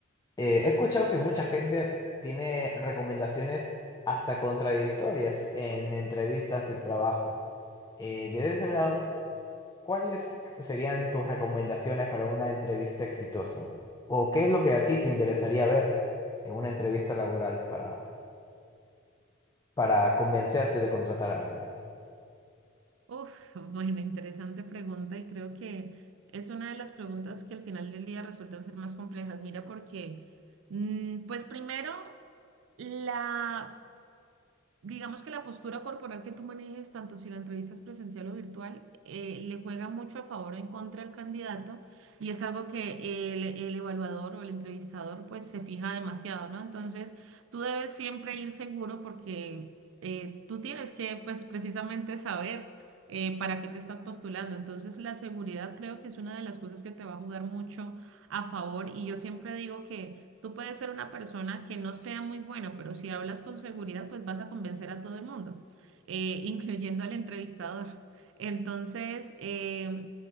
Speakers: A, on the left (about 20°); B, on the right (about 70°).
A: eh, he escuchado que mucha gente tiene recomendaciones hasta contradictorias en entrevistas de trabajo. Eh, desde ese lado... ¿Cuáles serían tus recomendaciones para una entrevista exitosa? ¿O qué es lo que a ti te interesaría ver en una entrevista laboral para, para convencerte de contratar a alguien?
B: Uf, <laughs> bueno, interesante pregunta y creo que es una de las preguntas que al final del día resultan ser más complejas. Mira, porque, mm, pues primero, la digamos que la postura corporal que tú manejes, tanto si la entrevista es presencial o virtual, eh, le juega mucho a favor o en contra al candidato y es algo que el, el evaluador o el entrevistador pues se fija demasiado, ¿no? Entonces, tú debes siempre ir seguro porque eh, tú tienes que pues precisamente saber. eh, para qué te estás postulando. Entonces, la seguridad creo que es una de las cosas que te va a jugar mucho a favor y yo siempre digo que Tú puedes ser una persona que no sea muy buena, pero si hablas con seguridad, pues vas a convencer a todo el mundo, eh, <laughs> incluyendo al entrevistador. Entonces, eh,